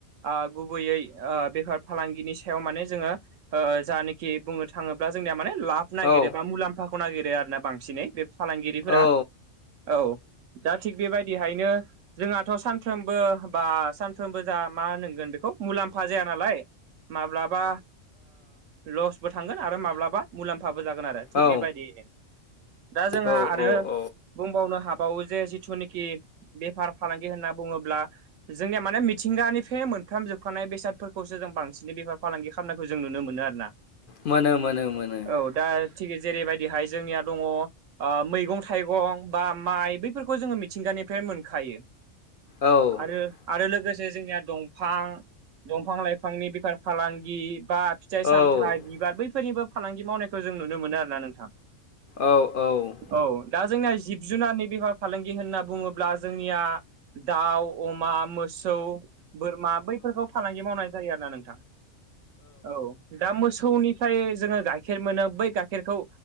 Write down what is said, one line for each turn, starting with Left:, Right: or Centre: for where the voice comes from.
Right: ओ गुबैयै बेफार फालांगिनि सायाव माने जोङो ओ जानाखि बुंनो थाङोब्ला जोंनिया माने लाब नागिरो
Left: औ
Right: बा मुलाम्फाखौ नागिरो आरोना बांसिनै बे फालांगिरिफोरा
Left: औ
Right: औ दा थिग बेबायदिहायनो जोंहाथ' सानफ्रोमबो बा सानफ्रोमबो जा मा होनगोन बेखौ मुलाम्फा जाया नालाय माब्लाबा लसबो थांगोन आरो माब्लाबा मुलाम्फाबो जागोन आरो थिग
Left: औ
Right: बेबायदियनो। दा जोंहा
Left: औ
Right: आरो
Left: औ
Right: बुंबावनो हाब बावो जे जिथुनिखि बेफार फालांगि होनना बुङोब्ला जोंनिया माने मिथिंगानिफ्राय मोनफ्राम जोबखानाय बेसादफोरखौसो जों बांसिन बेफार फालांगि खालामनाय खौ जों नुनो मोनो आरोना।
Left: मोनो मोनो मोनो
Right: औ दा थिख जेरैबायदिहाय जोंनिया दङ। मैगं-थाइगं बा माइ बैफोरखौ जोङो मिथिंगानिफ्राय मोनखायो।
Left: औ औ
Right: आरो आरो लोगोसे जोंनिया दंफां दंफां लाइफांनि बेफार फालांगि बा फिथाइ सामथायाइ
Left: औ
Right: बिबार
Left: औ
Right: बैफोरनिबो फालांगि मावनायखौ जों नुनो मोनो आरोना नोंथां।
Left: औ औ।
Right: औ दा जोंनिया जिब जुनारनि बेफार फालांगि होनना बुङोब्ला जोंनिया दाउ, अमा, मोसौ, बोरमा बैफोरखौ फालांगि मावनाय जायो आरो ना नोंथां। औ दा मोसौनिफ्राय जोङो गाइखेर मोनो बै गाइखेरखौ